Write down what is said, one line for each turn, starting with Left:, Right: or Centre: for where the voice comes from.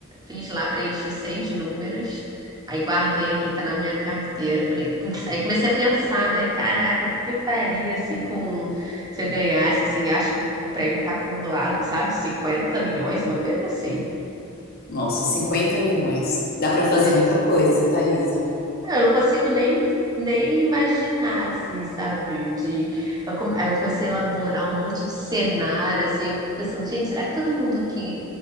Right: fiz lá, preenchi seis números. Aí guardei aqui, tá na minha carteira. Falei, putz, aí comecei a pensar, né? Caraca, o que que eu faria assim com se eu ganhasse, assim, acho que o prêmio tá acumulado, sabe? cinquenta milhões, uma coisa assim.
Left: Nossa, 50 milhões. Dá para fazer
Right: De-
Left: muita coisa, Thaisa.
Right: Eu não consigo nem nem imaginar, assim, sabe? De... eu come- Aí eu comecei a elaborar um monte de cenário, assim, eu pensando, gente, será que todo mundo que,